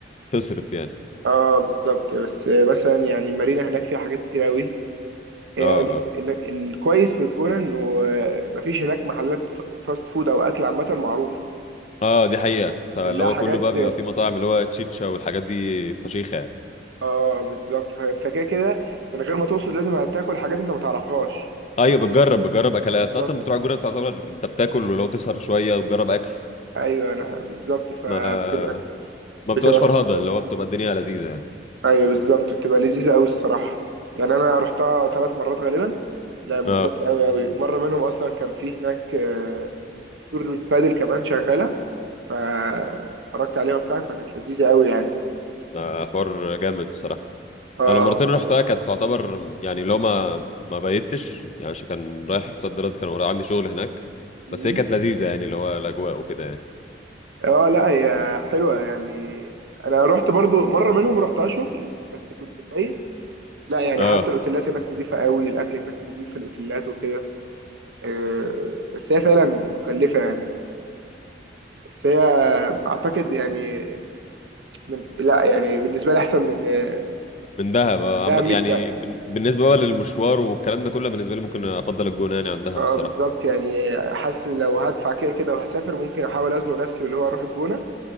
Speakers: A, on the left; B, on the right.
A: تصرف يعني
B: اه بالظبط بس مثلا يعني المارينا هناك فيها حاجات كتير قوي هي
A: اه
B: ال-
A: اه
B: ال- الكويس في الجونه انه آه، مفيش هناك محلات ف- فاست فود او اكل عامه معروفه
A: اه دي حقيقة انت اللي
B: كلها
A: هو
B: حاجات
A: كله بقى بيبقى فيه مطاعم اللي هو تشيتشا والحاجات دي فشيخة يعني
B: اه بالظبط فانت كده كده من غير ما تقصد لازم هتاكل حاجات انت ما تعرفهاش
A: ايوه بتجرب بتجرب اكلات
B: بالظبط
A: انت اصلا بتروح الجونة بتعتبر انت بتاكل ولو تسهر شوية وتجرب اكل
B: ايوه انا بالظبط فبتبقى
A: ما ما
B: بتبقى
A: بتبقاش فرهضة
B: الص-
A: اللي هو بتبقى الدنيا لذيذة يعني
B: ايوه بالظبط بتبقى لذيذه قوي الصراحه يعني انا رحتها ثلاث مرات غالبا لا انبسطت
A: اه
B: قوي قوي مره منهم اصلا كان في هناك آه، تور من بادل كمان شغاله فاتفرجت عليها وبتاع فكانت لذيذه قوي يعني
A: ده حوار جامد الصراحة
B: اه
A: أنا المرتين اللي رحتها كانت تعتبر يعني لو ما ما بيتش يعني عشان كان رايح صد رد كان ورايا عندي شغل هناك
B: مم.
A: بس هي كانت لذيذة يعني اللي هو الأجواء وكده يعني
B: اه لا هي حلوه يعني انا رحت برضو مره منهم رحتها شغل بس كنت مبيت لا يعني
A: اه
B: حتى الاوتيلات هناك نضيفة قوي الاكل هناك نضيف في الاوتيلات وكده آه، بس هي فعلا مكلفة يعني بس هي اعتقد يعني من لا يعني بالنسبة لي احسن من آه،
A: من دهب آه،
B: دهب
A: عم-
B: مي-
A: يعني
B: يعني
A: بن- بالنسبة بقى للمشوار والكلام ده كله بالنسبة لي ممكن أفضل الجونة يعني عن دهب
B: اه
A: الصراحة
B: بالظبط يعني حاسس لو هدفع كده كده وهسافر ممكن احاول ازنق نفسي واللي هو اروح الجونة